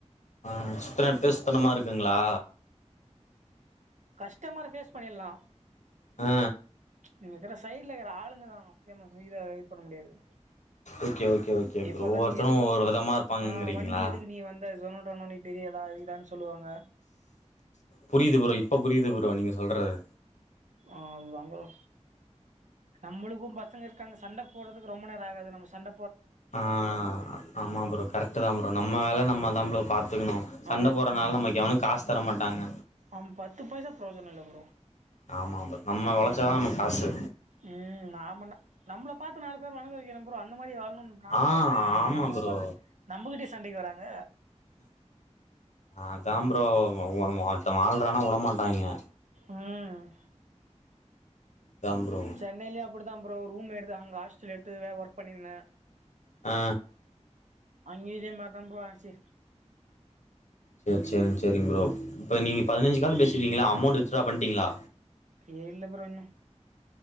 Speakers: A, on the left (about 75°); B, on the right (about 80°).
A: ஆ சுத்துன எடத்தயே சுத்துனமா இருக்குங்ளா
B: கஸ்டமர் ஃபேஸ் பண்ணிர்லா
A: ஆ
B: இங்க இருக்கிற சைடுல இருக்கிற ஆளுங்கதா முக்யமா இத இது பண்ண முடியாது
A: ஓகே ஓகே ஓகே
B: இப்பல்லா
A: ப்ரோ ஒவ்வொருத்தரு
B: நீ எது
A: ஒவ்வொரு
B: உ
A: விதமா இருப்பாங்கங்கிறீங்களா
B: ஆ வண்டி எதுக்கு நீ வந்த சொனோட்டோனனி பெரிய இதா இதான்னு சொல்லுவாங்க
A: புரியுது ப்ரோ இப்ப புரியுது ப்ரோ நீங்க சொல்றது
B: அதுதாம் ப்ரோ நம்மளுக்கு பசங்க இருக்காங்க சண்ட போடுறதுக்கு ரொம்ப நேர ஆகாது நம்ம சண்ட
A: ஆ ஆமாம் ப்ரோ கரெக்டுதா ப்ரோ நம்ம வேலை நம்மதா ப்ரோ பாத்துக்கணு சண்ட
B: ஆ
A: போறனால நமக்கு எவனு காசு தர மாட்டாங்க
B: ஆம பத்து பைசாக் ப்ரயோஜன இல்ல ப்ரோ
A: ஆமா ம நம்ம வழைச்சாதா நமக் காசு
B: ம் நாம நம்ள பாத்து நாலு பேர் வணக்க வெக்கணு ப்ரோ அந்த மாரி வாழணு நானு
A: ஆ
B: பாக்கறே
A: ஆமா
B: நம்மள
A: ப்ரோ
B: ப நம்மகிட்டயே சண்டைக்கு வராங்க
A: அதா ப்ரோ ஒ ஒ ஒருத்த வாழ்றானா வுடமாட்டாய்ங்க
B: ம்
A: அதாம் ப்ரோ
B: சென்னையிலு அப்படிதா ப்ரோ ரூம் எடுத்து அங்க ஹாஸ்டல் எடுத்து வே ஒர்க் பண்ணிருந்தே
A: ஆ
B: அங்கயி இதே மாரிதா ப்ரோ ஆச்சு
A: சேர் சேர் சேரிங் ப்ரோ இப்ப நீங்க பதினஞ்சு கால் பேசிட்டிங்ள அமௌண்ட் வித்ட்ரா பண்ட்டிங்ளா
B: இல்ல ப்ரோ இன்னு